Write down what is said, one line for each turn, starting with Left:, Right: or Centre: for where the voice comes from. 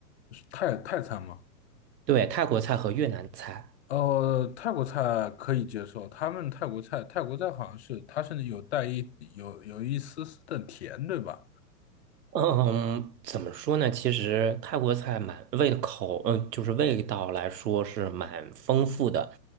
Left: 是泰泰餐吗？
Right: 对，泰国菜和越南菜。
Left: 呃，泰国菜可以接受，他们泰国菜泰国菜好像是它至有带一有有一丝丝的甜，对吧？
Right: 嗯，怎么说呢？其实泰国菜蛮味口，嗯，就是味道来说是蛮丰富的。